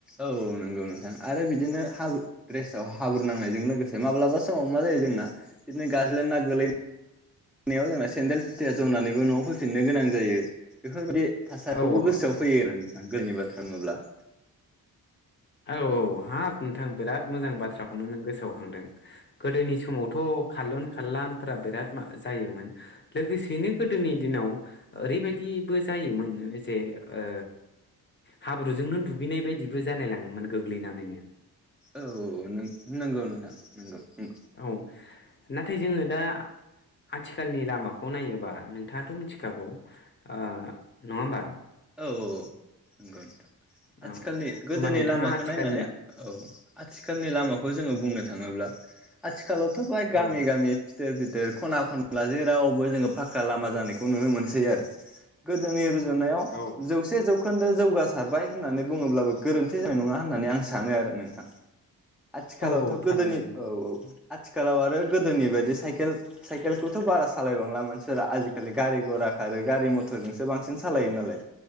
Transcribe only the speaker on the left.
औ
औ औ हाब नोंथां बिराद मोजां बाथ्रा थ्राखौनो नों गोसोआव खांदों गोदोनि समावथ' खारलुन खारलानफोरा बिराद जायोमोन लोगोसेयैनो गोदोनि दिनाव ओरैबायदिबो जायोमोन जे ओ हाब्रुजोंनो दुगैनाय बायदिबो जालाय लांङो। मोन गोग्लैनानै नो
औ नाथाय जोङो दा आथिखालनि लामाखौ नायोबा नोंथांङाथ' मिथिखागौ ओ नंङा होमबा
औ
होमबा नोंथाङा
आथिखालनि
औ
औ
औ औ थारैनो
नंगौ